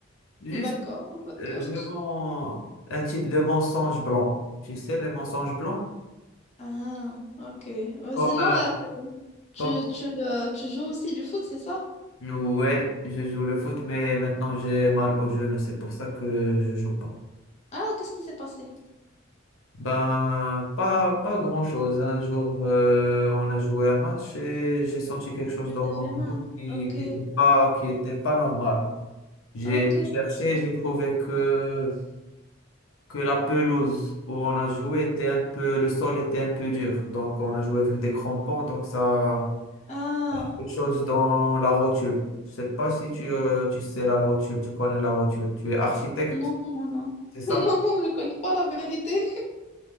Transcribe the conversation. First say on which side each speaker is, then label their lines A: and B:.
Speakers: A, on the left; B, on the left.
A: Juste,
B: D'accord, <laughs>
A: euh,
B: d'accord.
A: je vends un type de mensonge blanc. Tu sais, les mensonges blancs?
B: Ah, ok. Euh,
A: Comme,
B: sinon,
A: euh,
B: euh, tu,
A: comme
B: tu, euh, tu joues aussi du foot, c'est ça?
A: ouais je joue le foot, mais maintenant j'ai mal aux genoux C'est pour ça que je joue pas.
B: Ah, qu'est-ce qui s'est passé?
A: Ben, pas, pas grand-chose. Un jour, euh, on a joué un match et j'ai senti quelque chose
B: Tu
A: dans
B: t'es
A: mon
B: fait
A: genou
B: mal.
A: qui
B: Ok,
A: n'était pas, qui était pas normal. J'ai
B: ok,
A: cherché,
B: ok.
A: j'ai trouvé que que la pelouse où on a joué était un peu, le sol était un peu dur. Donc, on a joué avec des crampons. Donc, ça,
B: Ah,
A: quelque chose dans la rotule. Je sais pas si tu, euh, tu sais la rotule, tu connais la rotule. Tu es architecte,
B: non, non, non. <laughs>
A: c'est ça?
B: Non, non, je connais pas la vérité.